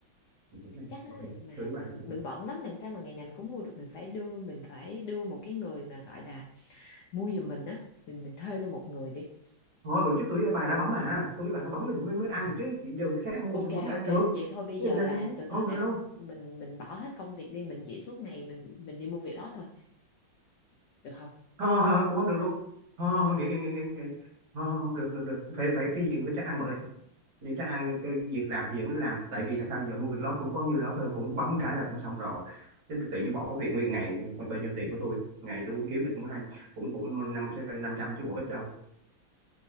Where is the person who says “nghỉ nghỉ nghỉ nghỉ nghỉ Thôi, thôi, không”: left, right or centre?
Right